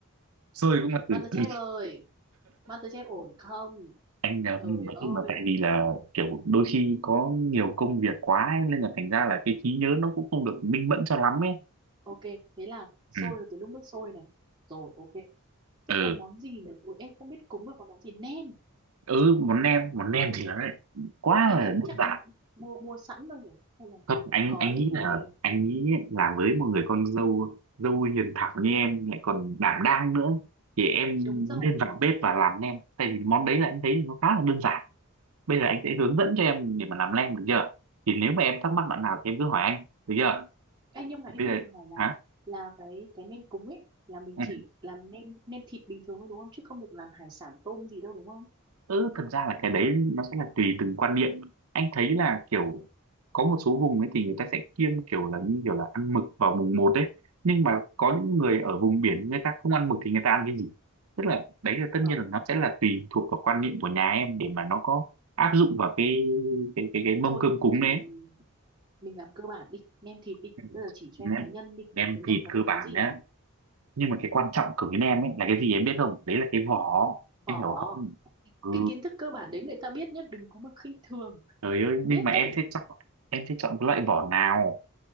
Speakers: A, on the right (about 85°); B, on the right (about 20°).
A: sôi cũng là từ,
B: MasterChef
A: từ
B: ơi, MasterChef ổn không?
A: anh nhầm
B: Trời
A: nói
B: ơi.
A: chung là tại vì là kiểu đôi khi có nhiều công việc quá ấy, nên là thành ra là cái trí nhớ nó cũng không được minh mẫn cho lắm ấy
B: Ok, thế là sôi
A: ừ
B: là từ lúc nước sôi này. Rồi ok.
A: ừ,
B: Thế còn món gì nhỉ? Ủa, em không biết cúng được còn món gì. Nem.
A: ừ món nem món nem thì nó lại quá
B: Nem
A: là
B: em
A: đơn
B: chắc
A: giản
B: em mua mua sẵn thôi nhỉ? Hay là
A: thật anh
B: gói
A: anh nghĩ
B: thì
A: là anh nghĩ ấy, là với một người con dâu dâu hiền thảo như em lại còn đảm đang nữa thì em
B: đúng rồi.
A: nên vào bếp và làm nem tại vì món đấy là em thấy là nó khá là đơn giản bây giờ anh sẽ hướng dẫn cho em để mà làm lem được chưa thì nếu mà em thắc mắc đoạn nào thì em cứ hỏi anh được chưa
B: Ê, nhưng mà em
A: bây
B: đang
A: giờ
B: định hỏi là
A: hả
B: là cái cái nem cúng ấy là mình
A: ừ.
B: chỉ làm nem nem thịt bình thường thôi đúng không? Chứ không được làm hải sản tôm gì đâu đúng không?
A: ừ thật ra là cái đấy nó sẽ là tùy từng quan niệm anh thấy là kiểu có một số vùng ấy thì người ta sẽ kiêng kiểu là như kiểu là ăn mực vào mùng một ấy nhưng mà có những người ở vùng biển người ta không ăn mực thì người ta ăn cái gì tức là đấy là tất
B: Vâng.
A: nhiên là nó sẽ là tùy thuộc vào quan niệm của nhà em để mà nó có áp dụng vào cái cái cái cái
B: Thế
A: mâm
B: thôi,
A: cơm cúng
B: mình
A: đấy ấy.
B: mình làm cơ bản đi, nem thịt đi.
A: Ừ.
B: Bây giờ chỉ cho em cái
A: em
B: nhân đi.
A: nem
B: Cái nhân
A: thịt
B: là
A: cơ
B: có cái
A: bản
B: gì
A: nhá
B: nào?
A: nhưng mà cái quan trọng của bên em ấy là cái gì em biết không đấy là cái vỏ
B: Vỏ.
A: em hiểu không ừ
B: Cái kiến thức cơ bản đấy người ta biết nhá, đừng có mà khinh thường.
A: trời ơi nhưng
B: Biết
A: mà
B: đấy.
A: em sẽ chọn em sẽ chọn cái loại vỏ nào